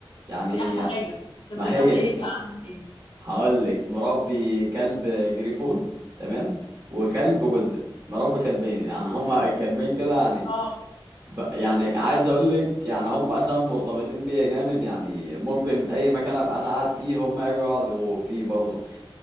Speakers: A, on the right; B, on the left.
A: يعني
B: دي احلى حاجة طب
A: ما
B: بتربي
A: هي
B: ايه بقى
A: <laughs>
B: عندك ايه
A: هقول لك مربي كلب جريفون تمام وكلب جولدن مربي كلبين يعني هما الكلبين كده يعني
B: اه
A: ب- يعني عايز اقول لك يعني هما اساسا مرتبطين بيا جامد يعني ممكن اي مكان ابقى انا قاعد فيه هما يجوا يقعدوا فيه برضه